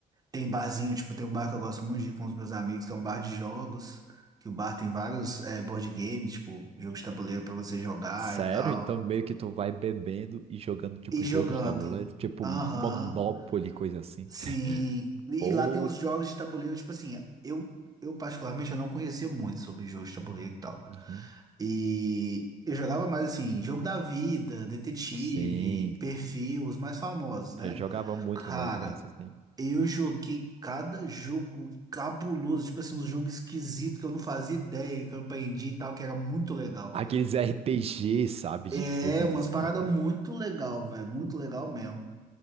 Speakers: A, on the right; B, on the right.
A: tem barzinho, tipo, tem um bar que eu gosto muito de ir com os meus amigos, que é um bar de jogos, que o bar tem vários é, board games, tipo, jogos de tabuleiro pra você jogar
B: Sério?
A: e tal.
B: Então meio que tu vai bebendo e jogando tipo
A: E jogando.
B: jogo de tabuleiro, tipo
A: Aham.
B: Monopoly, coisa assim.
A: Sim.
B: <laughs>
A: E
B: Pô.
A: lá tem os jogos de tabuleiro, tipo assim, eu, eu particularmente eu não conhecia muito sobre jogos de tabuleiro e tal.
B: Uhum.
A: E eu jogava mais assim, jogo da vida, detetive,
B: Sim.
A: perfil, os mais famosos,
B: Eu
A: né?
B: jogava muito
A: Cara,
B: quando era criança, assim.
A: eu joguei cada jogo cabuloso, tipo assim, um jogo esquisito que eu não fazia ideia, que eu aprendi e tal, que era muito legal.
B: Aqueles RPG, sabe? De
A: É,
B: filmezão,
A: é umas paradas
B: né?
A: muito legal, velho, muito legal mesmo.